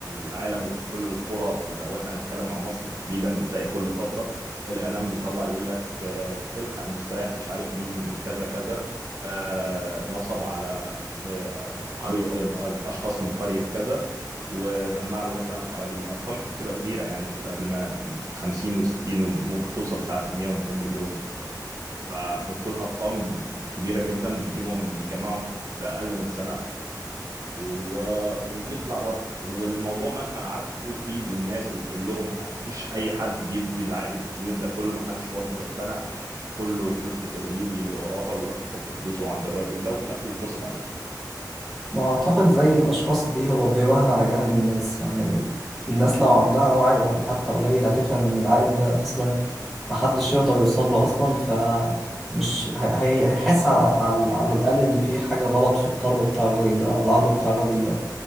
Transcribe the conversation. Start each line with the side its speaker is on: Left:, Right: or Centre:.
Right: العالم وفي كل القرى لو احنا هنتكلم عن مصر تحديدا بتلاقي كل فترة الإعلام بيطلع يقول لك آه، الحق المستريح مش عارف مين كذا كذا آه، نصب على آه، قرية آه، أشخاص من قرية كذا وجمع له مثلا حوالي أرقام بتبقى كبيرة يعني بتبقى بالملا 50 و60 وممكن توصل ساعات ل 100 و200 مليون فبتكون أرقام كبيرة جدا بيجيبهم بيجمعهم في أقل من سنة و- وبيخلع بره والموضوع مهما قعدت تقول فيه للناس وتقول لهم مفيش اي حد بيدي العائد الكبير ده كله محدش برضه بيقتنع كله الفلوس بتغريه ويجري وراها ويروح يحط فلوسه عند الراجل ده وفي الاخر يتنصب عليه
Centre: ما أعتقد زي الأشخاص دي هو بيراهن على جهل الناس يعني الناس لو عندها وعي ولا حتى قليل هتفهم إن العائد ده أصلا محدش يقدر يوصل له أصلا فمش هي... هي... هيحس على... على على الأقل إن في حاجة غلط في الطلب بتاع الراجل ده أو العرض بتاع الراجل ده